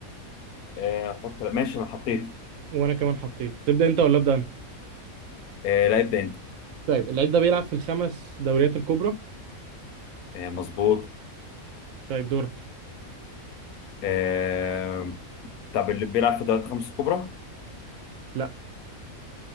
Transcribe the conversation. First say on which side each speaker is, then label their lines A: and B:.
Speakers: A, on the left (about 85°); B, on the right (about 70°).
A: آه حط ماشي انا حطيت
B: وانا كمان حطيت تبدأ انت ولا ابدأ انا
A: آه لا ابدا انت
B: طيب اللعيب ده بيلعب في الخمس دوريات الكبرى
A: آه مظبوط
B: طيب دورك
A: آه طب اللي بيلعب في دوري الخمس الكبرى
B: لا